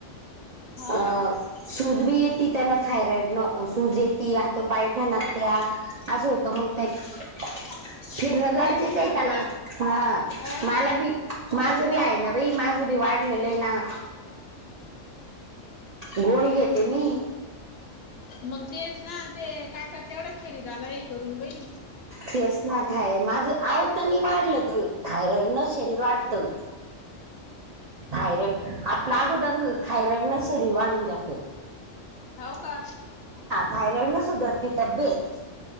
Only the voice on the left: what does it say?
हा
तेच ना
अ
मग तेच ना ते काका तेवढा खरीदला हे करून बई
होव का.